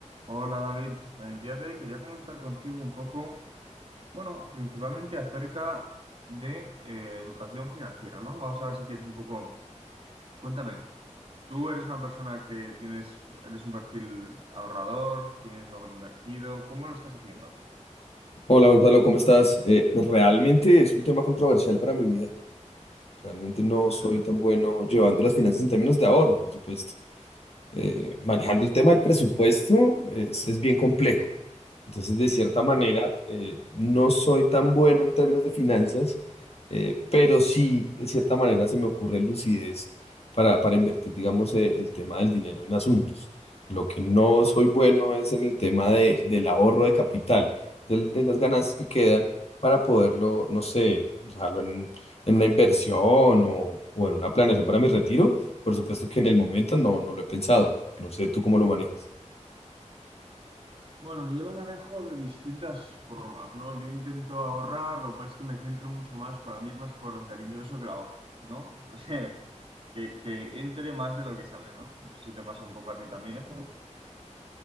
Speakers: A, on the right; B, on the left.
A: Hola David, el día de hoy quería comentar contigo un poco, bueno, principalmente acerca de eh, educación financiera, ¿no? Vamos a ver si quieres un poco, cuéntame, tú eres una persona que tienes, eres un perfil ahorrador, tienes algo invertido, ¿cómo lo estás haciendo?
B: Hola Gonzalo, ¿cómo estás? Eh, pues, realmente es un tema controversial para mi vida. Realmente no
A: Ujú,
B: soy tan bueno llevando las finanzas en términos de ahorro, por supuesto. Eh, manejando el tema del presupuesto es, es bien complejo. Entonces, de cierta
A: ujú.
B: manera, eh, no soy tan bueno en términos de finanzas, eh, pero sí, de cierta manera, se me ocurre lucidez para, para invertir, digamos, eh, el tema del dinero en asuntos. Lo que no soy bueno es en el tema de, del ahorro de capital, del- de las ganancias que quedan para poderlo, no sé, dejarlo en, en una inversión o, o en una planeación para mi retiro. Por supuesto que en el momento no, no lo he pensado. No sé tú cómo lo manejas.
A: Bueno, yo lo manejo de distintas formas, ¿no? Yo intento ahorrar, lo que pasa es que me centro mucho más, para mí es más importante el ingreso que el ahorro, ¿no? <laughs> que, que entre más de lo que sale, ¿no? No sé Si te pasa un poco a ti también.